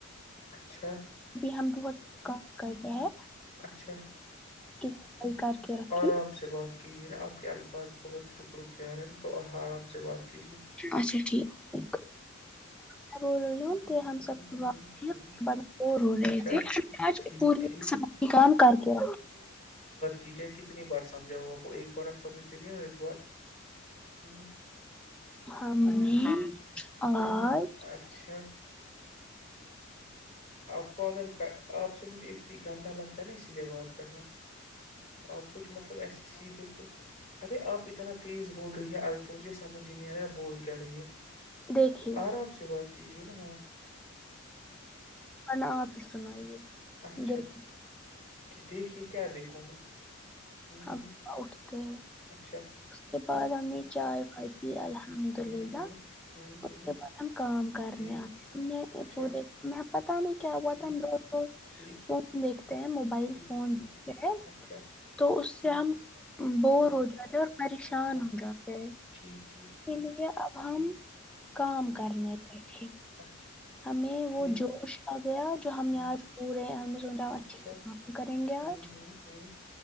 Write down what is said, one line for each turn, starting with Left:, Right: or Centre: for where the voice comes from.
Left: اچھا
Centre: بھی ہم بہت زیادہ کام کرتے ہیں
Left: اچھا
Centre: کی صفائی کر کے رکھی
Left: آرام سے بات کیجیے نا آپ کے الفاظ بہت رک رکے آ رہے ہیں نا تو آرام سے بات کیجے
Centre: اچھا ٹھیک ٹھیک میں بول رہی ہوں کہ ہم
Left: ہ
Centre: سبات
Left: ہ ہ
Centre: وہ رو رہے
Left: اچھا
Centre: تھے
Left: ٹھیک
Centre: پوری
Left: ٹھیک
Centre: کان کر کے
Left: چیزیں کتنی بار سمھاؤا کو ایک بار آپ سمجھتے نہیں ہو ایک بار ہوں
Centre: ہاں اور
Left: اچھا آپ کو اگر آپ سے مجھے اتنی گندا لگتا ہے نا اسی لیے بات کرنا آپ کچھ مطلب ایسے سیدھے تو ارے آپ اتنا تیز بول رہی ہیں الفا مجھے سمجھ ہی نہیں آ رہا ہے بول کے رہی ہے
Centre: دیکھیے
Left: آرام سے بات کیجے نا ہاں
Centre: الا آپ ہی سنائیے
Left: اچھا
Centre: دیکھ
Left: دیکھیے کیا دیکھوں میں ہوں
Centre: ہم
Left: ہوں
Centre: اٹھتے ہیں،
Left: اچھا
Centre: اس کے بعد ہم نے چائے کھائی ت الحمد
Left: ہوں
Centre: للہ
Left: ہوں
Centre: اس
Left: ہوں ہوں
Centre: کے بعد ہم کام کرنے
Left: ہوں
Centre: آ ہم نے
Left: اچھا
Centre: پورے ہم پتہ نہیں کیا ہوا
Left: ٹھیک
Centre: تھا ہم لوز روز
Left: ٹھیک
Centre: فون دیکھتے ہیں موبائل
Left: ٹھیک
Centre: فون
Left: ٹھیک
Centre: دیکھتے ہیں
Left: اچھا
Centre: تو اس
Left: ٹھیک
Centre: سے ہم بور
Left: ٹھیک
Centre: ہو جاتے اور پریشان
Left: اچھا
Centre: ہو جاتے ہیں
Left: ٹھیک
Centre: اسی
Left: ٹھیک ٹھیک
Centre: لیے اب ہم
Left: ہوں
Centre: کا
Left: ہوں
Centre: کرنے پیٹھ
Left: اچھا
Centre: ہمیں
Left: ٹھیک
Centre: وہ جوش آ گیا جو ہم
Left: ہوں
Centre: نے آج پورے ہم ساوں اچھے
Left: اچھا
Centre: سے کام کریں گے آج
Left: ہوں ہوں ہوں